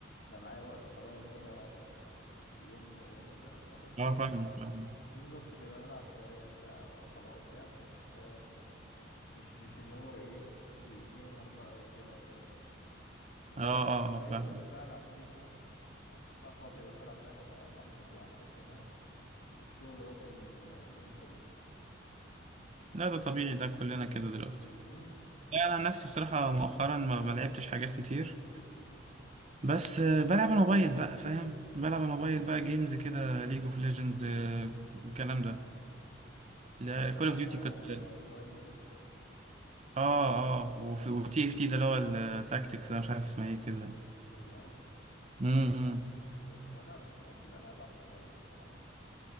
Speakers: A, on the left; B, on the right.
A: لو معايا وقت فراغ كده في يوم من الأيام مثلا فأخش
B: اه
A: إيه
B: فاهمك فاهمك
A: بالظبط كده ألعب شوية بتاع وخلاص يعني مش مش مش اللي هو إيه جي- جيمر بقى وكده و يا
B: اه
A: دوب
B: اه
A: ده أنا
B: اه
A: لو لقيت
B: فاهمك
A: نص ساعة ألعب فيها نص ساعة فاضية بس ألعب فيها أنا ب- بحمد يعني ربنا <laughs> الشغل واكل ال- اليوم كله
B: لا ده طبيعي ده كلنا كده دلوقتي
A: امم
B: لا انا عن نفسي بصراحة مؤخرا ما ما لعبتش حاجات كتير بس آه، بلعب على الموبايل بقى فاهم بلعب على الموبايل بقى جيمز كده ليج اوف ليجندز الكلام ده لا
A: أنت بتلعب
B: كول اوف ديوتي كنت
A: وايلد دريفت
B: اه اه وفي وتي اف تي ده اللي هو التاكتكس ده مش عارف اسمها ايه كده
A: والله
B: امم
A: أنت أنت لا أنا مش بحب الألعاب على الموبايل بصراحة